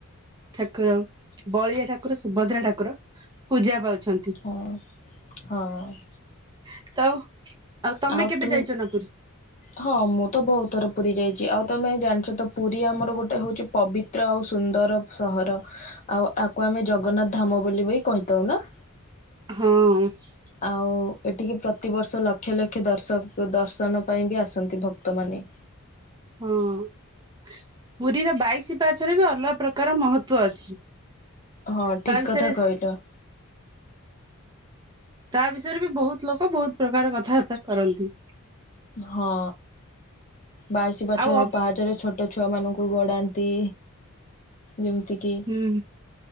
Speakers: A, on the right (about 20°); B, on the left (about 35°).
A: ଠାକୁର ବଳିଆ ଠାକୁର ସୁଭଦ୍ରା ଠାକୁର ପୂଜା ପାଉଛନ୍ତି।
B: <unintelligible> ହଁ।
A: <unintelligible> ତମେ
B: ଆଉ
A: କେବେ
B: <unintelligible>
A: ଯାଇଛ ନା ପୁରୀ?
B: ହଁ ମୁଁ ତ ବୋହୁତ ଥର ପୁରୀ ଯାଇଛି, ଆଉ ତମେ ଜାଣିଚ ତ ପୁରୀ ଆମର ଗୋଟେ ହୋଉଚି ପବିତ୍ର ଆଉ ସୁନ୍ଦର ସହର ଆଉ ୟାକୁ ଆମେ ଜଗନ୍ନାଥ ଧାମ ବୋଲି ବି କହିଥାଉ ନା।
A: ହଁ।
B: ଆଉ ଏଠିକି ପ୍ରତିବର୍ଷ ଲକ୍ ଲକ୍ଷ ଲକ୍ଷ ଦର୍ଶକ ଦର୍ଶନ ପାଇଁ ବି ଆସନ୍ତି ଭକ୍ତମାନେ।
A: ହଁ ପୁରୀର ବାଇଶି ପାହାଚରେ ବି ଅଲଗା ପ୍ରକାର ମହତ୍ଵ ଅଛି।
B: ହଁ ଠିକ୍
A: ତା ବିଷୟରେ
B: କଥା କହିଲ।
A: ତା ବିଷୟରେ ବି ବୋହୁତ୍ ଲୋକ ବୋହୁତ୍ ପ୍ରକାର କଥାବାର୍ତ୍ତା କରନ୍ତି।
B: ହଁ ବାଇଶି ପଛ
A: ଆଉ ଅବ୍
B: ପାହାଚରେ ଛୋଟୋ ଛୁଆମାନଙ୍କୁ ଗଡ଼ାନ୍ତି ଯେମିତିକି
A: ହୁଁ